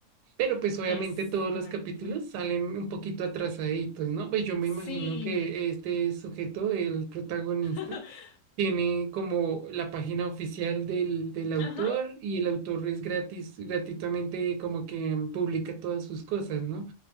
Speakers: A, on the right; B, on the left.
A: Pero pues obviamente
B: Exacto.
A: todos los capítulos salen un poquito atrasaditos, ¿no? Pues yo me
B: Sí.
A: imagino que este sujeto, el protagonista,
B: <laughs>
A: tiene como la página oficial del, del autor
B: Ajá.
A: y el autor es gratis, gratuitamente como que mm, publica todas sus cosas, ¿no?